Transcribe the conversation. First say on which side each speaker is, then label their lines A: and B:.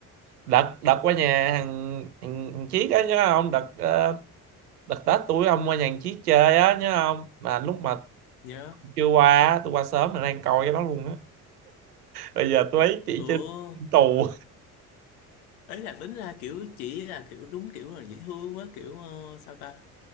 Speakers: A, on the right; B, on the left.
A: đợt đợt qua nhà thằng thằng, thằng Chiết á nhớ không đợt ờ, đợt Tết tuổi ông qua nhà thằng Chiết chơi á nhớ không mà lúc mà
B: nhớ
A: chưa qua á, tôi qua sớm là đang coi cái đó luôn á bây giờ tôi thấy chị
B: ừ
A: trên trên tù
B: ấy là tính ra kiểu chỉ là kiểu đúng kiểu là dễ thương á kiểu ờ, sao ta